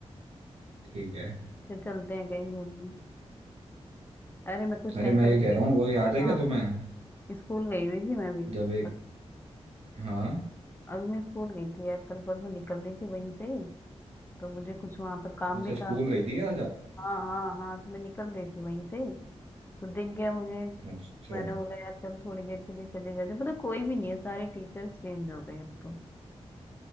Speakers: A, on the right (about 65°); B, on the left (about 20°).
A: ठीक है
B: फिर चलते हैं कहीं घूमने अरे मैं कुछ
A: अरे
B: टाइम
A: मैं
B: पहले
A: ये कह
B: भी
A: रहा हूँ वो याद है
B: हाँ
A: क्या तुम्हें
B: स्कूल गई हुई थी मैं भी
A: जब एक
B: बत,
A: हाँ
B: अभी मैं स्कूल गई थी यार कल परसों निकल रही थी वहीं से ही तो मुझे कुछ वहां पर काम
A: अच्छा
B: भी
A: स्कूल
B: था
A: गई थी क्या आज आप
B: हाँ हाँ हाँ तो मैं निकल रही थी वहीं से ही तो दिख गया मुझे
A: अच्छा
B: मैंने बोला यार चल थोड़ी देर के लिए चले जाते पता है, कोई भी नहीं है सारे टीचर्स चेंज हो गए अब तो